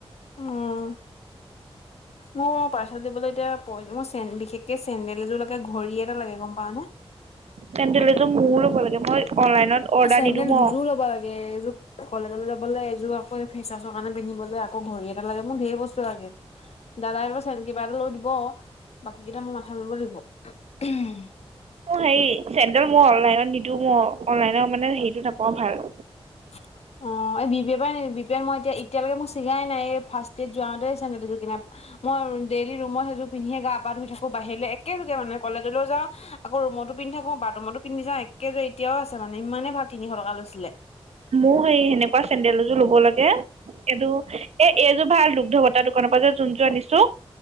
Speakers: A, on the left; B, on the right.
A: উম' মোৰ পাৰ্চেল দিবলৈ এতিয়া <unintelligible> মোৰ চে বিশেষকে চেণ্ডেল এযোৰ লাগে, ঘড়ী এটা লাগে। গম পাওঁ নে?
B: চেণ্ডেল এযোৰ মোৰো ল'ব লাগে। মই অনলাইনত অৰ্ডাৰ
A: মই চেণ্ডেল
B: নিদো মই
A: দুযোৰ ল'ব লাগে। এযোৰ কলেজলৈ যাবলৈ এযোৰ আকৌ ফেচাছৰ কাৰণে পিন্ধিবলৈ আকৌ ঘড়ী এটা লাগে, মোৰ ঢেৰ বস্তু লাগে। দাদায়ে বা চেন কিবা এটা লৈ দিব, বাকী কেইটা মোৰ মাথা মাৰিব লাগিব।
B: হেৰি চেণ্ডেল মই অনলাইনত নিদো, মই অনলাইনৰ মানে হেৰিটো নাপাওঁ ভাল।
A: হয় অ, এই বি পেৰ পৰা নে বিপে মই এতিয়া এতিয়ালৈকে মোৰ চিগাই নাই, এই ফাৰ্ষ্ট ইয়েৰ যাওঁতে এই চেণ্ডেল দুযোৰ কিনা। মই ডেইলি ৰুমৰ সেইযোৰ পিন্ধিয়ে গা-পা ধুই থাকো, বাহিৰলৈ একেযোৰকে মানে কলেজলৈও যাওঁ। আকৌ ৰুমটো পিন্ধি থাকো, বাথৰুমতো পিন্ধি যাওঁ, একেযোৰ এতিয়াও আছে মানে ইমানেই ভাল তিনিশ টকা লৈছিলে।
B: মোৰ সেই সেনেকুৱা চেন্দেল এযোৰ ল'ব লাগে। এইটো এ এইযোৰ ভাল দুগ্ধ বটাৰ দোকানৰ পৰা যে যোন যোৰ আনিছো।